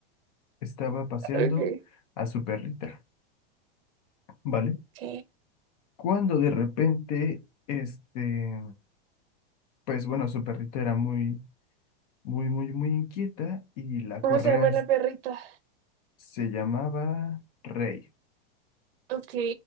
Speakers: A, on the left; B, on the right.
A: estaba paseando
B: Okay.
A: a su perrita, ¿vale?
B: Ok.
A: Cuando de repente, este, pues bueno, su perrita era muy, muy, muy, muy inquieta y la
B: ¿Cómo
A: correa
B: se llama
A: es-
B: la perrita?
A: se llamaba Rey,
B: Ok,